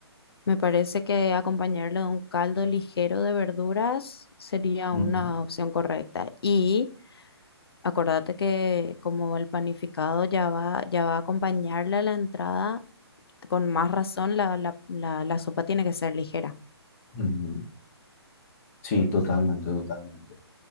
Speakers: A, on the left; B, on the left.
A: Me parece que acompañarlo de un caldo ligero de verduras sería
B: Ujú,
A: una opción correcta. Y acordate que como el panificado ya va, ya va a acompañarle a la entrada, con más razón la, la, la, la sopa tiene que ser ligera.
B: ujú. Sí, totalmente, totalmente.